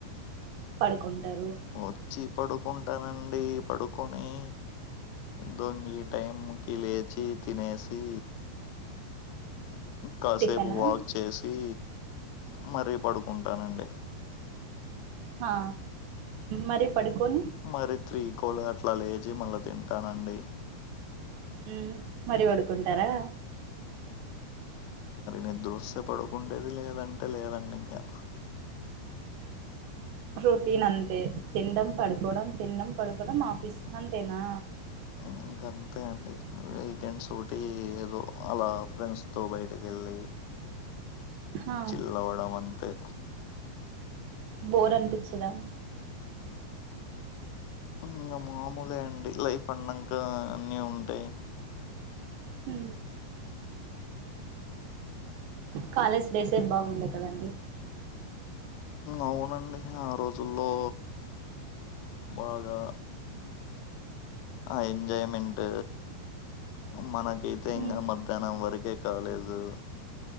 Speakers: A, on the right; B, on the left.
A: పడుకుంటారు
B: వచ్చి పడుకుంటానండి పడుకొని దొంగి టైంకి లేచి తినేసి కాసేపు
A: టిఫినా
B: వాక్ చేసి మరీ పడుకుంటానండి
A: ఆ మరి పడుకోని
B: మరి త్రీకులు అట్లా లేచి మళ్ళా తింటానండి
A: ఉ మరీ పడుకుంటారా
B: నిదృశ్య పడుకుంటేది లేదంటే లేదండి ఇంకా
A: రొటీన్ అంతే తినడం పడుకోవడం తినడం పడుకోవడం ఆఫీస్ అంతేనా
B: ఇంక అంతే అండి వీకెండ్స్ ఒకటి ఏదో అలా ఫ్రెండ్స్తో బయటకి వెళ్ళి
A: ఆ
B: చిల్లవడం అంతే
A: బోర్ అనిపించదా
B: ఇంకా మామూలే అండి లైఫ్ అన్నాక అన్నిీ ఉంటాయి
A: ఉ కాలేజ్ డేస్ ఏ బాగుండే కదండి
B: అవునండి ఆ రోజుల్లో బాగా ఆ ఎజయ్మెంట్ మనకైతే
A: ఉ
B: ఇంకా మధ్యాహ్నం వరకే కాలేజు